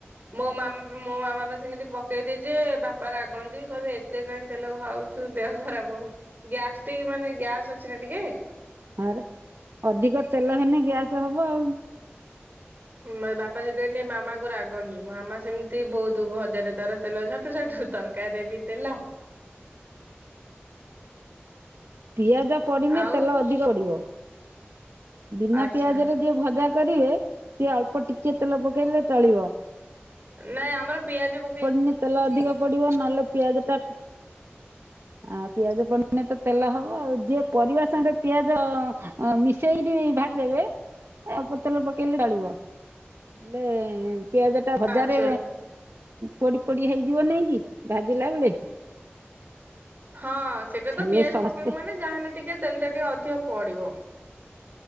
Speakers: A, on the right; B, on the right.
A: ମୋ ମାମା ମୋ ମାମା ପା ସେମିତି ପକେଇ ଦିଏଯେ ବାପା ରାଗନ୍ତି କହିବେ ଏତେ କାହିଁ ତେଲ ଖାଉଚୁ? ତୁ ଦେହ ଖରାପ ହବ ଗ୍ୟାସଟିକ୍ ମାନେ ଗ୍ୟାସ୍ ଅଛି ନା ଟିକେ।
B: ଆରେ ଅଧିକ ତେଲ ହେନେ ଗ୍ୟାସ ହବ ଆଉ
A: ମୋ ବାପା ଜଦି ମାମାକୁ ରାଗନ୍ତି ମୋ ମାମା ସେମିତି ବହୁତ ଭଜାରେ ତାର ତେଲ ଝାଠୁ ଝାଠୁ ତାର ତାରକାରିରେ ବି ତେଲ।
B: ପିଆଜ ପଡ଼ିନେ
A: ଆଉ
B: ତେଲ ଅଧିକ ପଡ଼ିବ। ବିନା
A: ଆଚ୍ଛା
B: ପିଆଜରେ ଯିଏ ଭଜା କରିବେ ସିଏ ଅଳ୍ପ ଟିକେ ତେଲ ପକେଇଲେ ଚଳିବ।
A: ନାଇଁ ଆମର ପିଆଜ ପ
B: ପଡିନି ତେଲ ଅଧିକ ପଡିବ ନହେଲେ ପିଆଜ ଟା ଅଁ ପିଆଜ ପ ଆମେ ତ ତେଲ ହବ ଯିଏ ପରିବା ସାଙ୍ଗରେ ପିଆଜ ମିଶେଇକିରି ଭାଜିଦେବେ। ଅଳ୍ପ ତେଲ ପକେଇଲେ ଚଳିବ ହେଲେ ପିଆଜଟା ଭଜାରେ।
A: ଆଚ୍ଛା।
B: ପୋଡି ପୋଡି ହେଇଯିବ ନାଇଁ କି ଭାଜିଲା ବେଳେ।
A: ହଁ ସେଟା ତ
B: ହେଲେ
A: ପିଆଜ
B: ସମସ୍ତେ
A: ପକେଇବୁ ମାନେ ଯାହାହେନେ ଟିକେ ତେଲଟା ଟିକେ ଅଧିକ ପଡିବ।